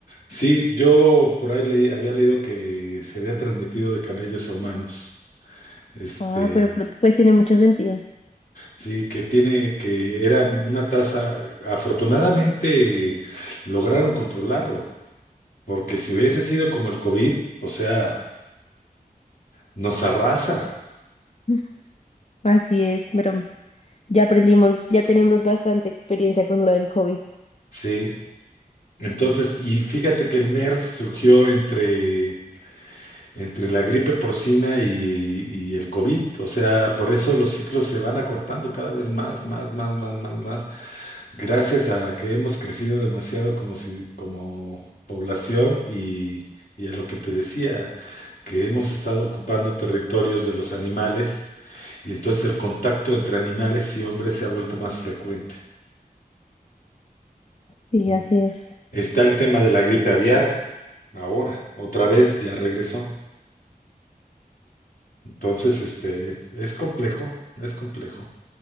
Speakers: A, on the left; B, on the left.
A: Sí, yo por ahí leí- había leído que se había transmitido de camellos a humanos. Este,
B: Ah, pero pro- pues tiene mucho sentido.
A: sí, que tiene, que era una tasa, afortunadamente lograron controlarlo, porque si hubiese sido como el COVID, o sea, nos arrasa,
B: <clears throat> Así es, pero ya aprendimos, ya tenemos bastante experiencia con lo del COVID.
A: sí. Entonces, y fíjate que el MERS surgió entre, entre la gripe porcina y, y el COVID, o sea, por eso los ciclos se van acortando cada vez más, más, más, más, más, más. Gracias a que hemos crecido demasiado como si, como población y, y a lo que te decía, que hemos estado ocupando territorios de los animales y entonces el contacto entre animales y hombres se ha vuelto más frecuente.
B: Sí,
A: Mm.
B: así es.
A: Está el tema de la gripe aviar, ahora, otra vez ya regresó. Entonces, este, es complejo, es complejo,